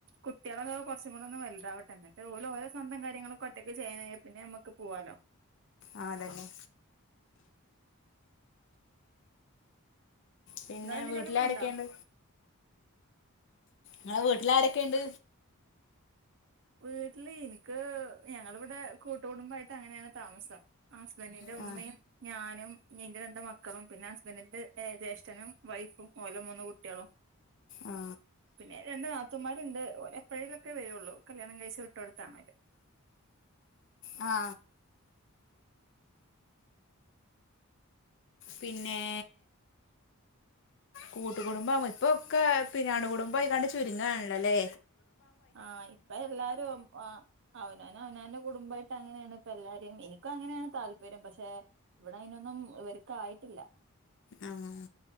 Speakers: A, on the right; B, on the left.
A: കുട്ടികളൊക്കെ കുറച്ചുംൂ ഒന്നന്ന് വലുതാവട്ട എന്നന്നട്ട് ഓോരോസ്വന്തം കാര്യങ്ങളും ഒറ്റയ്ക്ക് ചെയ്യൻഴാൽ പിന്നെ നമ്മുക്ക് പോവാാലോ
B: ആഹ അതന്നെ പിന്നെ
A: നിങ്ങള് എന്തിനേലും
B: വീട്ടിലടക്കണ്ട്
A: പോണുണ്ടോ
B: നിങ്ങെ വീട്ട എല്ലാരൊക്കെയ ഉണ്ട്
A: വീട്ടില് എനിക്ക് ഞങ്ങളിവിടെ കൂട്ടുകുടുംബയിട്ട് അങ്ങനെയാണ് താമസം ഹസ്ബറിന്റെ
B: ആ
A: ഉമ്മയും ഞാനും നീന്റെ രണ്ട്ു മക്കളും പിന്നെ ഹസ്ബൻഡിന്റെ ജ്യേഷ്ഠനും വൈഫും ഓലെ മൂന്ന് കുട്ടികളും
B: ആ
A: പിന്നെ രണ്ട് നാതൂ മാരുണ്ട് ഒഓരപ്പഴയിലൊക്കെ വരുള്ളൂ കല്യാണം കഴിച്ച വിട്ടോടിത്തനോൽ
B: ആ പിന്നെ കൂട്ടുകടുംബം ഇപ്പൊക്കെ പിന്നെ അണു കുടുംബംയിക്കാണ്ട് ചുരുങ്ങാണല്ലല്ലേ
A: ആഹ ഇപ്പൊ എല്ലാരും ആ അവനാനും അവനാനന്റെ കുടുംബമായിട്ട് അങ്ങനെയാണ് ഇപ്പ എല്ലാരും എനിക്കും അങ്ങനെയാണ് താല്പര്യം പക്ഷെ ഇവിടെ ഐനൊന്നും ഇവർക്ക ആായിട്ടില്ല
B: ആഹ്